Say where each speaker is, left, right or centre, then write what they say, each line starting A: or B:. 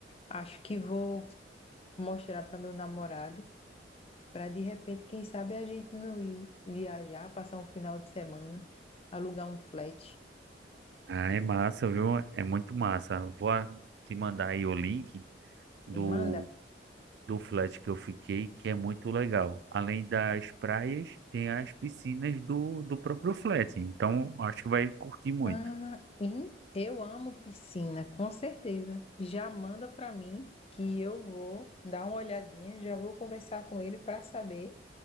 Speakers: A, on the left; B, on the right.
A: Acho que vou mostrar para meu namorado, para de repente, quem sabe a gente não ir viajar, passar um final de semana, alugar um flat.
B: Ah, é massa, viu? É muito massa. Vou a- te mandar aí o link do
A: Me manda.
B: do flat que eu fiquei, que é muito legal. Além das praias, tem as piscinas do, do próprio flat. Então, acho que vai curtir muito.
A: Ah, hum, eu amo piscina, com certeza. Já manda para mim que eu vou dar uma olhadinha, já vou conversar com ele para saber